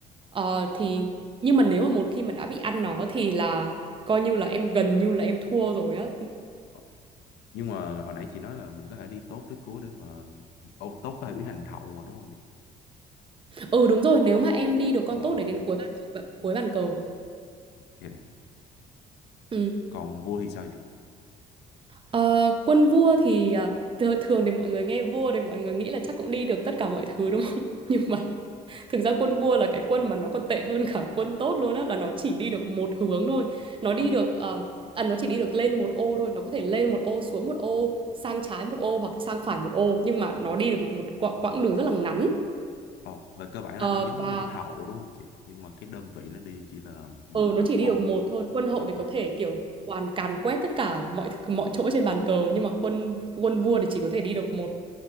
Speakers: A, on the right (about 30°); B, on the left (about 85°).
A: Ờ, thì nhưng mà nếu mà một khi mà đã bị ăn nó thì là coi như là em gần như là em thua rồi á.
B: ok. nhưng mà hồi nãy chị nói là mình có thể đi tốt tới cuối để mà ô tốt có thể biến thành hậu mà đúng không chị
A: Ừ đúng rồi, nếu mà em đi được con
B: ờ
A: tốt để đến cuối bàn thực cuối bàn cờ.
B: ok
A: Ừ.
B: còn vua thì sao chị
A: Ờ, quân vua thì ờ, thưa- thường thì mọi người nghe vua thì mọi người nghĩ là chắc cũng đi được tất cả mọi thứ đúng không? <laughs> Nhưng mà thực ra quân vua là cái quân mà nó còn tệ hơn cả quân tốt luôn á là nó chỉ đi được một hướng thôi. Nó đi
B: ờ
A: được ờ, à, nó chỉ đi được lên một ô thôi, nó có thể lên một ô, xuống một ô, sang trái một ô hoặc sang phải một ô nhưng mà nó đi được một quã- quãng đường rất là ngắn.
B: ờ về cơ bản
A: Ờ,
B: là nó giống
A: và
B: quân hậu đúng không chị nhưng mà cái đơn vị nó đi chỉ là một
A: ừ, nó chỉ đi
B: ô
A: được một thôi. Quân hậu thì có
B: ok
A: thể kiểu toàn càn quét tất cả mọi mọi chỗ trên bàn cờ nhưng mà quân quân vua thì chỉ có thể đi được một